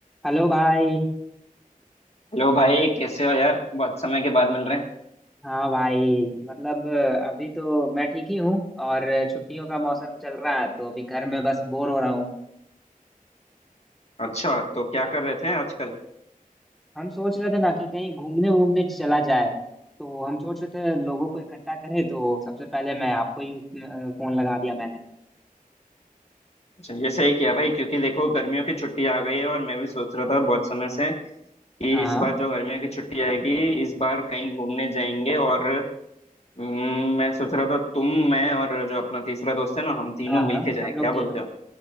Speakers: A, in the centre; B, on the left.
A: Hello भाई
B: Hello भाई कैसे हो यार बहुत समय के बाद मिल रहे हैं
A: हाँ भाई मतलब अ, अभी तो मैं ठीक ही हूँ और छुट्टियों का मौसम चल रहा है तो अभी घर में बस बोर हो रहा हूँ
B: अच्छा तो क्या कर रहे थे आजकल
A: हम सोच रहे थे ना कि कहीं घूमने वूमने चला जाए तो हम सोच रहे थे लोगों को इकट्ठा करें तो सबसे पहले मैं आपको ही अ, फोन लगा दिया मैंने
B: अच्छा ये सही किया भाई क्योंकि देखो गर्मियों की छुट्टी आ गई है और मैं भी सोच रहा था बहुत समय से कि
A: हाँ
B: इस बार जो गर्मियों की छुट्टी आएगी इस बार कहीं घूमने जाएंगे और हम्म, मैं सोच रहा था तुम मैं और जो अपना तीसरा दोस्त है ना हम तीनों
A: हाँ हाँ
B: मिलके
A: हाँ
B: जाएं
A: हम
B: क्या
A: लोग तीनों
B: बोलते हो